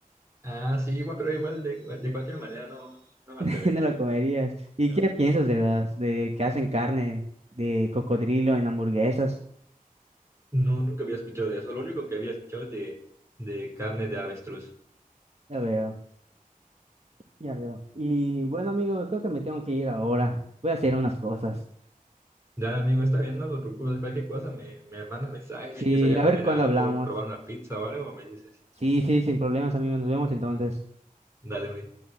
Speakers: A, on the right (about 20°); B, on the right (about 45°).
A: Ah, sí, igual, pero igual de, de cualquier manera no, no me
B: <laughs>
A: atrevería.
B: No lo comerías. ¿Y
A: No,
B: qué piensas de las de que hacen carne de cocodrilo en hamburguesas?
A: no, nunca había escuchado de eso. Lo único que había escuchado es de, de carne de avestruz.
B: Ya veo, ya veo. Y bueno, amigo, creo que me tengo que ir ahora. Voy a hacer unas cosas.
A: Ya, amigo, está bien, no te preocupes, cualquier cosa, me, me mandas mensajes,
B: Sí,
A: si quieres salir a
B: a
A: comer
B: ver cuándo
A: algo,
B: hablamos.
A: probar una pizza o algo, me dices.
B: Sí, sí, sin problemas, amigo. Nos vemos entonces.
A: Dale, güey.